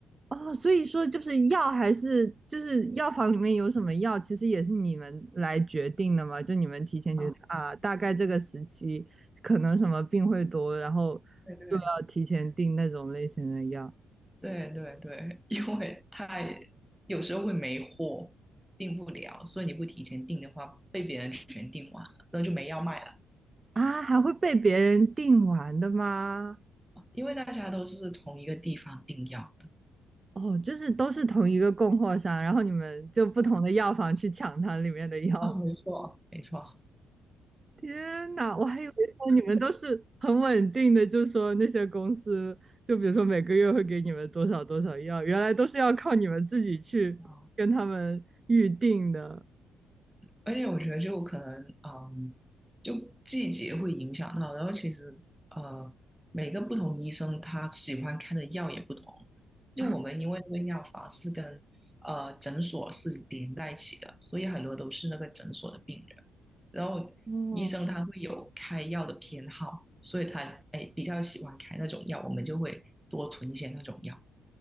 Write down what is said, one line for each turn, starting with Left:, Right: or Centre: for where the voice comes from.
Right: 哦，所以说就是药还是就是药房里面有什么药，其实也是你们来决定的嘛？就你们提前觉得啊，
Centre: 啊，
Right: 大概这个时期可能什么病会多，然后
Centre: 对对
Right: 就要提前订那种类型的药
Centre: 对对对，<laughs> 因为太有时候会没货，订不了，所以你不提前订的话，被别人全订完了，那就没药卖了。
Right: 啊，还会被别人订完的吗？
Centre: 因为大家都是同一个地方订药的。
Right: 哦，就是都是同一个供货商，然后你们就不同的药房去抢它里面的药。
Centre: 啊，没错。没错，
Right: 天呐，我还以为说你们都是很稳定的，就说那些公司，就比如说每个月会给你们多少多少药，原来都是要靠你们自己去跟他们预定的
Centre: 哦而且我觉得就可能，嗯，就季节会影响到，然后其实呃，每个不同医生他喜欢开的药也不同。就我们因为那个药房是跟呃诊所是连在一起的，
Right: 啊。
Centre: 所以很多都是那个诊所的病人。然后医生他会有开药的偏好，
Right: 哦
Centre: 所以他哎比较喜欢开那种药，我们就会多存一些那种药。